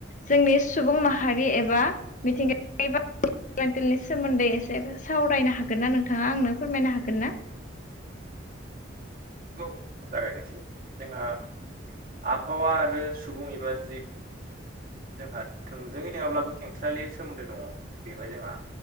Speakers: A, on the left; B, on the right.
A: जोंनि सुबुं माहारि एबा मिथिंगा मेन्टेलनि सोमोन्दै एसे सावरायनो हागोन ना नोंथाङा आंनो फोरमायनो हागोन ना?
B: औ जागायनोसै जोंहा आबहावा आरो सुबुं एबा जिब जोंहा थोंजोङै नोङाब्लाबो खेंसालियै सोमोन्दो दङ' बेवहाय जोंहा